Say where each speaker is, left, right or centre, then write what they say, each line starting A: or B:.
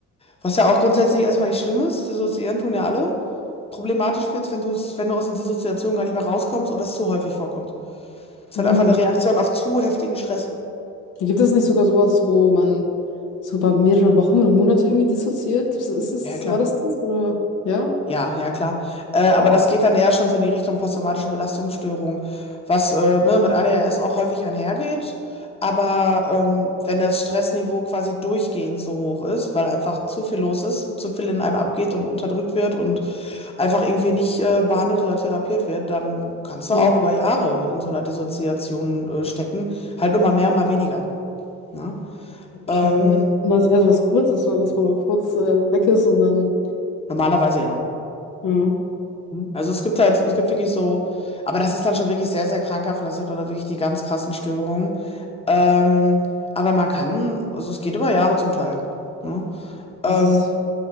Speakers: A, on the left (about 20°); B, on the left (about 80°).
A: Was ja auch grundsätzlich erstmal nicht schlimm ist, dissoziieren tun ja alle. Problematisch wird's, wenn du's, wenn du aus den Dissoziationen gar nicht mehr rauskommst oder es zu häufig vorkommt. Es
B: Mhm.
A: ist halt einfach eine Reaktion auf zu heftigen Stress.
B: Gibt es nicht sogar sowas, wo man so über mehrere Wochen oder Monate irgendwie dissoziiert? Gibt's, ist es,
A: Ja, klar.
B: war das das? Oder ja?
A: Ja, ja, klar. Äh, aber
B: Boah.
A: das geht dann eher schon so in die Richtung posttraumatische Belastungsstörung, was äh, ne, mit ADHS auch häufig einhergeht. Aber ähm, wenn das Stressniveau quasi durchgehend so hoch ist, weil einfach zu viel los ist, zu viel in einem abgeht und unterdrückt wird und einfach irgendwie nicht äh, behandelt oder therapiert wird, dann kannst du
B: Hm,
A: auch über Jahre in so einer Dissoziation äh, stecken. Halt nur mal mehr, mal weniger. Ne?
B: okay.
A: Ähm,
B: Und das wäre so was Kurzes, so dass man mal kurz äh, weg ist und dann,
A: normalerweise ja.
B: ja,
A: Also es gibt halt, es gibt wirklich so, aber das ist dann schon wirklich sehr, sehr krankhaft und das sind dann wirklich die ganz krassen Störungen. Ähm, aber man kann, also es geht über Jahre zum Teil. Ne? Ähm,
B: das ist.